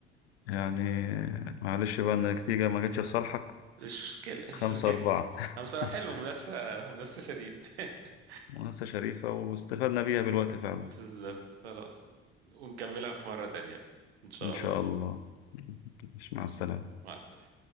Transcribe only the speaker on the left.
يعني معلش بقى إن النتيجة ما جاتش في صالحك
خمسة
أربعة
<laughs>
مؤسسة شريفة واستفدنا بيها بالوقت فعلا
إن شاء
الله مع السلامة